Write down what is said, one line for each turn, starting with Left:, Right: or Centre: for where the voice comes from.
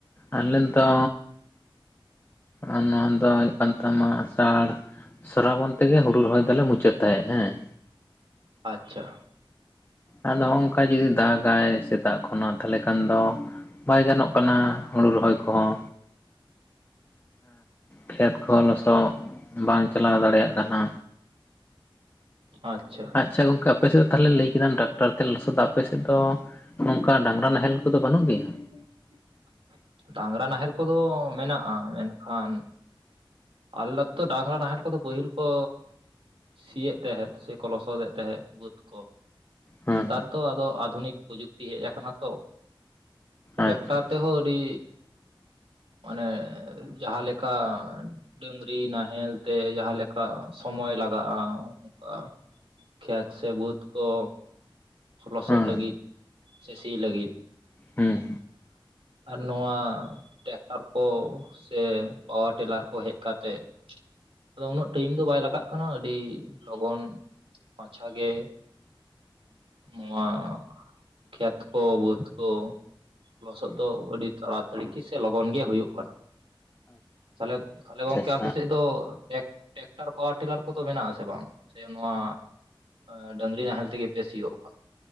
Left: ᱟᱨᱮᱞ ᱫᱚ ᱟᱨ ᱱᱚᱣᱟ ᱫᱚ ᱦᱩᱭᱩᱜ ᱠᱟᱱ ᱛᱟᱢᱟ ᱟᱥᱟᱲ ᱥᱨᱟᱵᱚᱱ ᱛᱮᱜᱮ ᱦᱩᱲᱩ ᱨᱚᱦᱚᱭ ᱫᱚᱞᱮ ᱢᱩᱪᱟᱹᱫ ᱛᱟᱦᱮᱸᱜ ᱦᱮᱸ
Right: ᱟᱪᱪᱷᱟ
Left: ᱟᱫᱚ ᱱᱚᱝᱠᱟ ᱡᱩᱫᱤ ᱫᱟᱜᱟᱭ ᱥᱮᱛᱟᱜ ᱠᱷᱚᱱᱟᱜ ᱛᱟᱦᱚᱞᱮ ᱠᱷᱟᱱ ᱫᱚ ᱵᱟᱭ ᱜᱟᱱᱚᱜ ᱠᱟᱱᱟ ᱦᱳᱲᱳ ᱨᱚᱦᱚᱭ ᱠᱚ ᱦᱚᱸ ᱠᱷᱮᱛ ᱠᱚᱦᱚᱸ ᱞᱚᱥᱚᱫ ᱵᱟᱝ ᱪᱟᱞᱟᱣ ᱫᱟᱲᱮᱭᱟᱜ ᱠᱟᱱᱟ
Right: ᱟᱪᱪᱷᱟ
Left: ᱟᱪᱪᱷᱟ ᱜᱚᱝᱠᱮ ᱟᱯᱮ ᱥᱮᱫ ᱫᱚ ᱛᱟᱦᱚᱞᱮ ᱞᱟᱹᱭ ᱠᱮᱫᱟᱢ ᱴᱨᱟᱠᱴᱚᱨ ᱛᱮ ᱞᱚᱥᱚᱫᱟ ᱟᱯᱮᱥᱮᱫ ᱫᱚ ᱱᱚᱝᱠᱟ ᱰᱟᱝᱨᱟ ᱱᱟᱦᱮᱞ ᱠᱚ ᱫᱚ ᱵᱟᱹᱱᱩᱜ ᱜᱮᱭᱟ?
Right: <inaudible> ᱰᱟᱝᱨᱟ ᱱᱟᱦᱮᱞ ᱠᱚᱫᱚ ᱢᱮᱱᱟᱜᱼᱟ ᱢᱮᱱᱠᱷᱟᱱ ᱟᱞᱟ <unintelligible> ᱛᱚ ᱰᱟᱝᱨᱟ ᱱᱟᱦᱮᱞ ᱠᱚ ᱫᱚ ᱯᱟᱹᱦᱤᱞ ᱠᱚ ᱥᱤᱭᱮᱫ ᱛᱟᱦᱮᱸᱫ ᱥᱮ ᱠᱚ ᱞᱚᱥᱚᱫ ᱮᱫ ᱛᱟᱦᱮᱸᱫ ᱵᱟᱹᱫᱽ ᱠᱚ
Left: ᱦᱮᱸ
Right: ᱱᱮᱛᱟᱨ ᱫᱚ ᱟᱫᱚ ᱟᱫᱷᱩᱱᱤᱠ ᱯᱨᱚᱡᱩᱠᱛᱤ ᱦᱮᱡ ᱟᱠᱟᱱᱟ ᱛᱚ ᱴᱨᱮᱠᱴᱚᱨ
Left: ᱟᱪᱪᱷᱟ ᱟᱪᱪᱷᱟ
Right: ᱛᱮ ᱦᱚᱸ ᱥᱤ ᱢᱟᱱᱮ ᱡᱟᱦᱟ ᱞᱮᱠᱟᱱ ᱰᱟᱹᱝᱨᱤ ᱱᱟᱦᱮᱞ ᱛᱮ ᱡᱟᱦᱟᱸᱮ ᱞᱮᱠᱟ ᱥᱚᱢᱚᱭ ᱞᱟᱜᱟᱜᱼᱟ ᱚᱱᱠᱟ ᱠᱷᱮᱛ ᱥᱮ ᱵᱟᱹᱫᱽ ᱠᱚ ᱞᱚᱥᱚᱜ
Left: ᱦᱮᱸ
Right: ᱞᱟᱹᱜᱤᱫ ᱥᱮ ᱥᱤ ᱞᱟᱹᱜᱤᱫ
Left: ᱦᱮᱸ
Right: ᱱᱚᱣᱟ ᱴᱨᱮᱠᱴᱚᱨ ᱠᱚ ᱥᱮ ᱯᱟᱣᱟᱨ ᱴᱤᱞᱟᱨ ᱠᱚ ᱦᱮᱡ ᱠᱟᱛᱮ ᱟᱫᱚ ᱩᱱᱟᱹᱜ ᱴᱟᱭᱤᱢ ᱫᱚ ᱵᱟᱭ ᱞᱟᱜᱟᱜ ᱠᱟᱱᱟ ᱟᱹᱰᱤ ᱞᱚᱜᱚᱱ ᱢᱟᱪᱷᱟ ᱜᱮ ᱱᱚᱣᱟ ᱠᱷᱮᱛ ᱠᱚ ᱵᱟᱹᱫᱽ ᱠᱚ ᱞᱚᱥᱚᱫ ᱫᱚ ᱟᱹᱰᱤ ᱛᱟᱲᱟ ᱛᱟᱲᱤ ᱜᱤ ᱥᱮ ᱞᱚᱜᱚᱱ ᱜᱮ ᱦᱳᱭᱳᱜ ᱠᱟᱱᱟ ᱛᱟᱦᱚᱞᱮ ᱛᱟᱦᱚᱞᱮ
Left: ᱟᱪᱪᱷᱟ
Right: ᱜᱚᱝᱠᱮ
Left: ᱟᱪᱪᱷᱟ
Right: ᱟᱯᱮ ᱥᱮᱫ ᱫᱚ ᱴᱮᱠ ᱴᱮᱠᱴᱟᱨ ᱯᱟᱣᱟᱨ ᱴᱤᱞᱟᱨ ᱠᱚ ᱫᱚ ᱢᱮᱱᱟᱜ ᱟᱥᱮ ᱵᱟᱝ ᱥᱮ ᱱᱚᱣᱟ ᱮᱸ ᱰᱟᱹᱝᱨᱤ ᱱᱟᱦᱮᱞ ᱛᱮ ᱜᱮ ᱯᱮ ᱥᱤᱭᱳᱜ ᱠᱟᱱᱟ